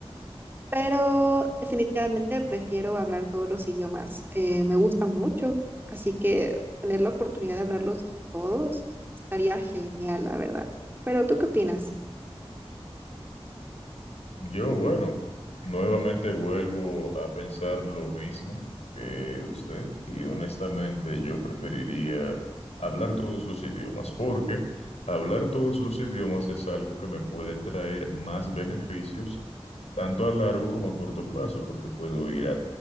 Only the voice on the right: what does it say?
pero definitivamente prefiero hablar todos los idiomas. eh, me gustan mucho, así que tener la oportunidad de hablarlos todos estaría genial, la verdad. Pero ¿tú qué opinas?